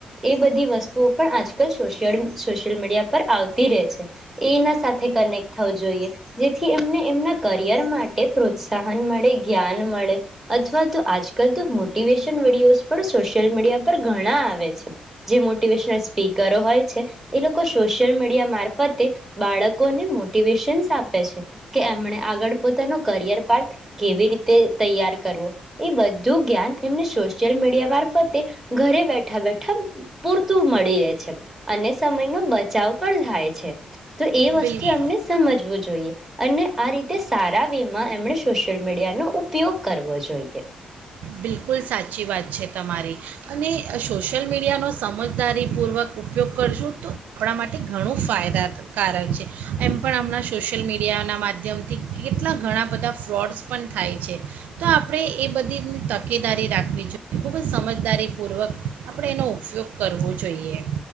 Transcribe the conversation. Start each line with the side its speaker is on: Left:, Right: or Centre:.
Centre: એ બધી વસ્તુઓ પણ આજકાલ સોય સોશિયલ મીડિયા પર આવતી રહે છે એના સાથે કનેક્ટ થવું જોઈએ જેથી એમને એમના કરિયર માટે પ્રોત્સાહન મળે જ્ઞાન મળે અથવા તો આજકાલ તો મોટિવેશન વિડયોસ પણ સોશિયલ મીડિયા પર ઘણા આવે છે જે મોટિવેશનલ સ્પીકરો હોય છે એ લોકો સોશિયલ મીડિયા મારફતે બાળકોને મોટિવેશન્સ આપે છે કે એમને આગળ પોતાનો કરિયર પાર્થ કેવી રીતે તે તૈયાર કરવો એ બધું જ્ઞાન એમને સોશિયલ મીડિયા મારફતે ઘરે બેઠા બેઠા પૂરતું મળી રહે છે અને સમયનો બચાવ પણ થાય છે તો એ વસ્તુ
Right: બિલકુલ
Centre: એમણે સમજવું જોઈએ જોયે અને આ રીતે સારા વેમાં એમણે સોશિયલ મીડિયાનો ઉપયોગ કરવો જોઈએ
Right: બિલકુલ સાચી વાત છે તમારી અને સોશિયલ મીડિયાનો સમજદારીપૂર્વક ઉપયોગ કરશું તો આપણા માટે ઘણું ફાયદાકારક છે એમ પણ હમણાં સોશિયલ મીડિયાના માધ્યમથી કેટલા ઘણા બધા ફ્રોડ્સ પણ થાય છે તો આપણે એ બધી તકેદારી રાખવી જોઈએ ખૂબ જ સમજદારીપૂર્વક આપણે એનો ઉપયોગ કરવો જોઈએ